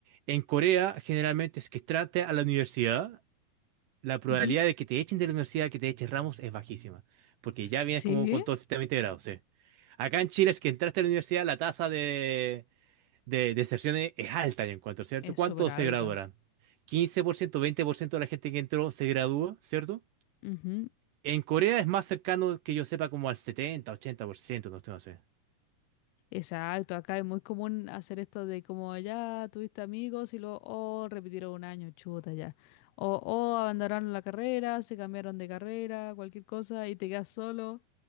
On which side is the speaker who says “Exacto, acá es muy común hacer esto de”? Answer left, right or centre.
Left